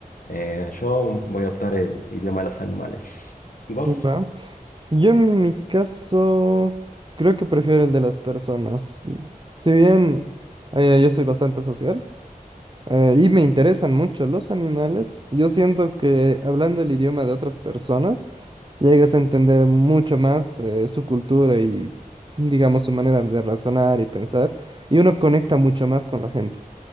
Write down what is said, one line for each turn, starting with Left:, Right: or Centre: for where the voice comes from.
Left: Eh, yo voy a optar el idioma de los animales. ¿Y vos?
Right: va. Yo en mi caso creo que prefiero el de las personas. Si bien eh, yo soy bastante social eh, y me interesan mucho los animales, yo siento que hablando el idioma de otras personas llegas a entender mucho más eh, su cultura y, digamos, su manera de razonar y pensar, y uno conecta mucho más con la gente.